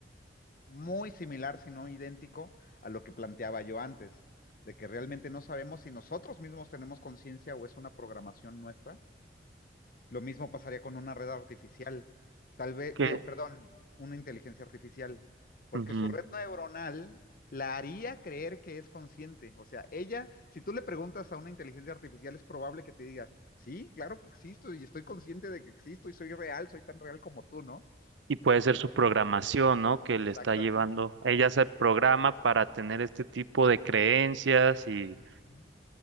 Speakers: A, on the left; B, on the right.
A: muy similar, si no idéntico, a lo que planteaba yo antes, de que realmente no sabemos si nosotros mismos tenemos conciencia o es una programación nuestra lo mismo pasaría con una red artificial, tal vez,
B: que-
A: digo, perdón, una inteligencia artificial, porque
B: ujú.
A: su red neuronal la haría creer que es consciente. O sea, ella, si tú le preguntas a una inteligencia artificial, es probable que te diga, sí, claro que existo y estoy consciente de que existo y soy real, soy tan real como tú, ¿no?
B: Y puede ser su programación, ¿no? Que le
A: Exactamente.
B: está llevando. Ella se programa para tener este tipo de creencias y,
A: Ujú.